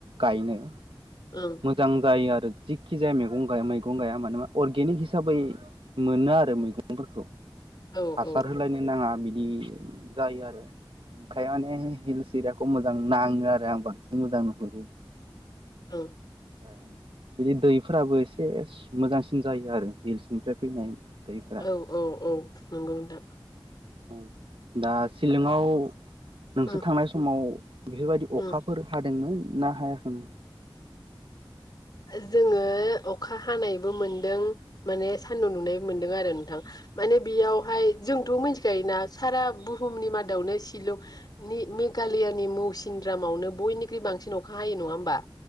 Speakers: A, on the right; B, on the left.
A: गायनो
B: ओं
A: मोजां जायो आरो जिखि जाया मेगं गाय मैगं गाया मानो अर्गेनिक हिसाबै मोनो आरो मैगंफोरखौ
B: औ
A: हासार
B: औ
A: होलायनो नाङा बिदि जायो आरो। फ्राय माने हिल्स इरायाखौ मोजां नाङो आरो आं बांसिन मोजां नुहुरो।
B: औ।
A: फ्राय बिदि दैफोराबो एसे मोजांसिन जायो आरो हिल्सनिफ्राय फैनाय। दैफोरा
B: औ औ औ नंगौ। नोंथां
A: उम दा सिलोंआव नोंसोर
B: उम
A: थांनाय समाव बेफोरबायदि
B: उम
A: अखाफोर हादोंमोन ना हायाखैमोन?
B: ओ जोङो अखा हानायबो मोनदों माने सान्दुं दुंनाय मोनदों आरो नोंथां माने बेयावहाय जोंथ' मिथिखायोना सारा बुहुमनि मादावनो शिलं नि मेघालयानि मौसिनद्रामाव नो बयनिख्रुइ बांसिन अखा हायो नङा होमबा?